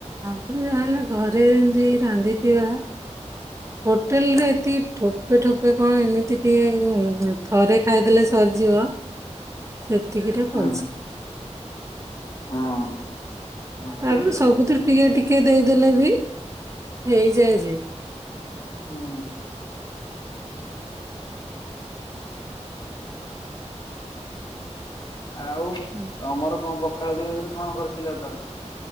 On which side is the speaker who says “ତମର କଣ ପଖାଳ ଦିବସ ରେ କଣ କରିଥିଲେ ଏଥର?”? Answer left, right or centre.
Left